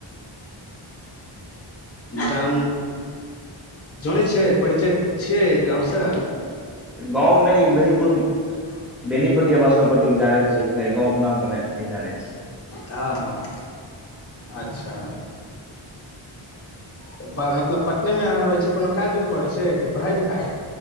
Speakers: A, in the centre; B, on the left.
A: <inaudible>
B: गाम जानै छियै परिचय छियै गाव से
A: गाव नहि बेनीपुर बेनीपट्टी आ बासोपट्टी जानै छियै लेकिन एहि गाव के नाम क नहि जानै छियै
B: हँ ह अच्छा तऽ मतलब पटने मे अहाँ रहैतिय कोनो काज उज करैत छै कि पढ़ाई लिखाई